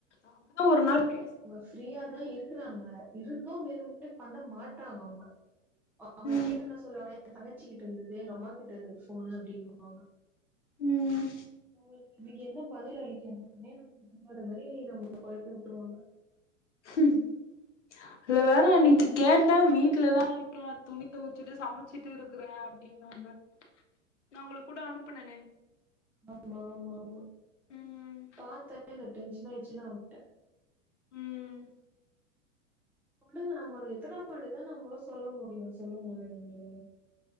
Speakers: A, on the left; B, in the centre.
A: அப்டிதா ஒரு நாள் பேச
B: ஃப்ரீயாதா இருக்குறாங்க இருந்து வேணும்டே பண்ண மாட்றாங்க அவுங்க அவுங்க
A: ம்
B: கேட்டா என்ன சொல்லுவாங்க என் தங்கச்சி கிட்ட இருந்தது எங்க அம்மா கிட்ட இருந்தது போனுு அப்டின்னுுவாங்க
A: ம்
B: நம்மளுக்கு இதுக்கு என்ன பதில் அளிக்கனும்னே நம்மளுக்கு தெரியாத மாரி நம்மள குழப்பி விட்ருவாங்க
A: ம் இதுல வேற இன்னைக்கி கேட்டே வீட்லதா இருக்கே துணி தொவச்சிட்டு சமச்சிட்டு இருக்கிறே இன்னோம்பு நா ஒங்களுக்கு கூட அனுப்புனேனே
B: ஆமா ஆமா ஆமா
A: ம்
B: பத்தே எனக்கு டென்ஷன் ஆயிடுச்சு நா வுட்டே
A: ம்
B: குடுங்க நம்ம எத்தன வாட்டித நம்மளு சொல்ல முடியு சொல்லுங்களே நீங்களே